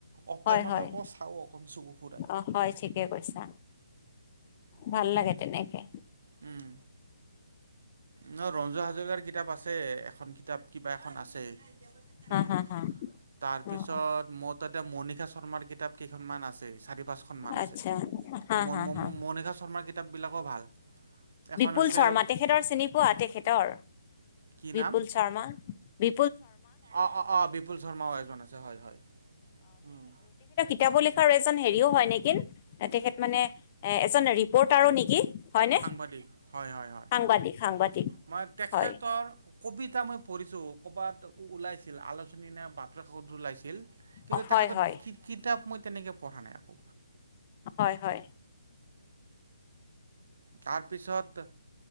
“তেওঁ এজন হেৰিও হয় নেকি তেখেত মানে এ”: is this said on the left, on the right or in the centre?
Left